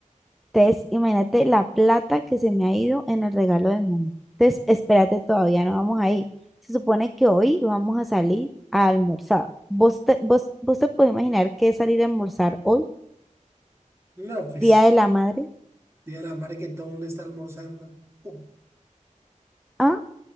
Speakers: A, in the centre; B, on the right.
A: entonces, imagínate la plata que se me ha ido en el regalo de mamá. Entonces, espérate, todavía no vamos ahí. Se supone que hoy vamos a salir a almorzar. ¿Vos te, vos, vos te puedes imaginar qué es salir a almorzar hoy,
B: no, pues,
A: Día de la Madre?
B: día la madre que todo el mundo está almorzando, uh,
A: A,